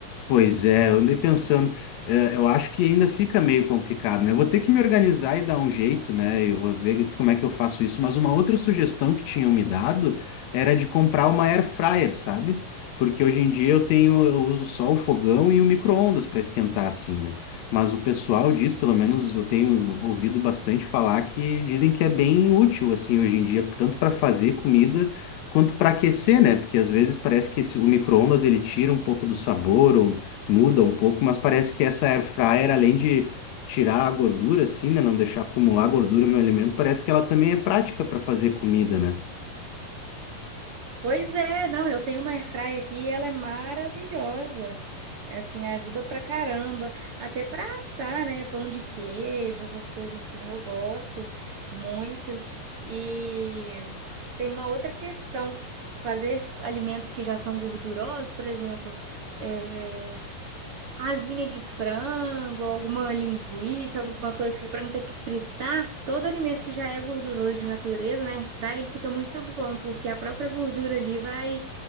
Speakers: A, on the left; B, on the right.
A: Pois é, eu andei pensando, eh, eu acho que ainda fica meio complicado, né? Eu vou ter que me organizar e dar um jeito, né? Eu vou ver como é que eu faço isso. Mas uma outra sugestão que tinham me dado era de comprar uma air fryer, sabe? Porque hoje em dia eu tenho, eu uso só o fogão e o micro-ondas para esquentar assim, né? Mas o pessoal diz, pelo menos eu tenho ouvido bastante falar que dizem que é bem útil assim hoje em dia, tanto para fazer comida quanto para aquecer, né? Porque às vezes parece que esse- o micro-ondas ele tira um pouco do sabor ou Muda um pouco, mas parece que essa air fryer, além de tirar a gordura, assim, né? Não deixar acumular gordura no alimento, parece que ela também é prática para fazer comida, né?
B: Pois é, não, eu tenho uma airfryer aqui e ela é maravilhosa. É Assim, ajuda pra caramba, até pra assar, né? Pão de queijo, essas coisas assim, eu gosto muito. E tem uma outra questão, fazer alimentos que já são gordurosos, por exemplo, eh, asinha de frango, alguma linguiça, alguma coisa assim, para não ter que fritar. Todo alimento que já é gorduroso de natureza, né, airfryer, ele fica muito bom, porque a própria gordura ali vai,